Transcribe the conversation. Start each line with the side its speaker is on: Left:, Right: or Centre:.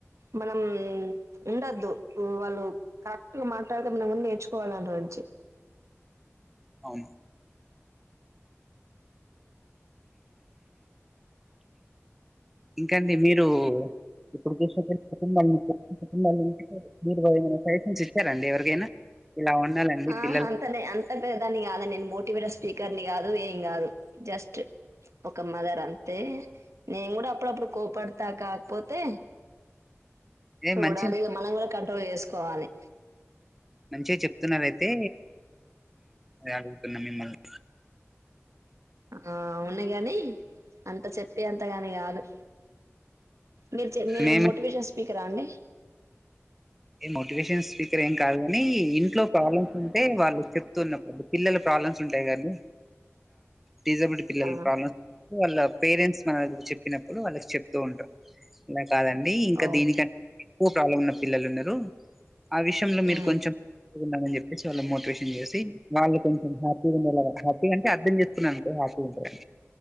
Right: మనమ్ ఉండద్దు వాళ్ళు కరెక్ట్ గా మాటడితే మనం కూడ నేర్చుకోవాలి వాళ్ళ నుంచి
Centre: అవును ఇంకాండి మీరు <unintelligible> లైసెన్స్ ఇచ్చారండి ఎవరికైనా ఇలా ఉండాలండి
Right: ఆ
Centre: పిల్లలు
Right: అంత పెద్దదాన్ని కాదు నేను మోటివేటర్ స్పీకర్ ని కాదు ఏం కాదు జస్ట్ ఒక మదర్ అంతే నేను కూడా అప్పుడప్పుడు కొప్పడత కా పోతే
Centre: మంచి
Right: చూడాలి
Centre: మంచి
Right: ఇక మనం కూడా కంట్రోల్ చేసుకోవాలి
Centre: మంచిగా చెప్తున్నారయితే అడుగుతున్నా మిమ్మల్ని
Right: ఆ అవును గాని అంత చెప్పి అంతదాని కాదు మీరు చెప్పే మీరు
Centre: మేము
Right: మోటివేషన్ స్పీకరాండి
Centre: ఏ మోటివేషన్ స్పీకర్ ఏం కాదు ని ఇంట్లో ప్రాబ్లమ్స్ ఉంటే వాళ్ళు చెప్తున్నప్పుడు పిల్లల ప్రాబ్లమ్స్ ఉంటాయి గా అండి డిసబులిటీ పిల్లల
Right: ఆ
Centre: ప్రాబ్లమ్స్ వాళ్ళ పేరెంట్స్ మనకు చెప్పినప్పుడు వాళ్ళకి చెప్తూ ఉంటారు ఇలా కాదండి ఇంకా
Right: ఓ
Centre: దీనికంటే ఎక్కువ ప్రాబ్లం ఉన్న పిల్లలు ఉన్నారు ఆ విషయంలో మీరు
Right: మ్
Centre: కొంచెం <inaudible> అని చెప్పేసి వాళ్ళ మోటివేష షన్ చేసి వాళ్ళు కొంచె హ్యాపీగా ఉండేలాగ హ్యాపీ అంటే అర్థం చేస్తుకున్నా అంట హ్యాపీగా ఉంటారు